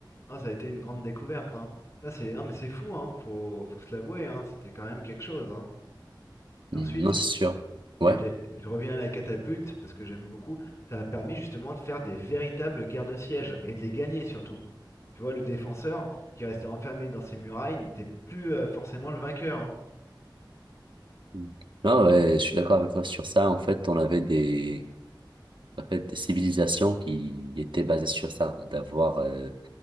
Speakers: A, on the left; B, on the right.
A: Non, ça a été une grande découverte. hein. Ça, c'est, non, mais c'est fou, hein, faut, faut se l'avouer. hein, C'était quand même quelque chose. hein. Ensuite,
B: Hmm. Non, c'est sûr. Ouais.
A: t'as eu les- je reviens à la catapulte, parce que j'aime beaucoup. Ça a permis justement de faire des véritables guerres de siège et de les gagner surtout. Tu vois, le défenseur qui restait enfermé dans ses murailles n'était plus euh, forcément le vainqueur. Hein,
B: Hmm. Non, ouais, je suis d'accord avec toi sur ça. En fait, on avait des, en fait, des civilisations qui étaient basées sur ça, d'avoir, euh,